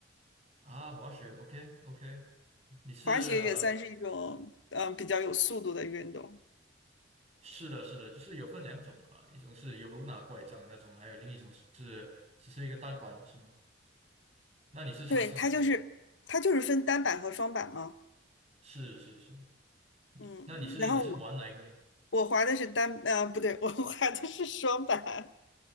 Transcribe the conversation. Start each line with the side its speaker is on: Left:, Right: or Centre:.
Right: 啊，滑雪，OK OK，你是呃
Left: 滑雪也算是一种嗯、呃比较有速度的运动。
Right: 是的是的，就是有分两种啊，一种是有拿拐杖的那种，还有另一种是只是一个单板是吗？那你是尝试哪一个呢？
Left: 对，它就是它就是分单板和双板嘛，
Right: 是是是
Left: 嗯，
Right: 那你是你是玩哪一个呢？
Left: 然后我我滑的是单，呃，不对，我 <laughs> 滑的是双板。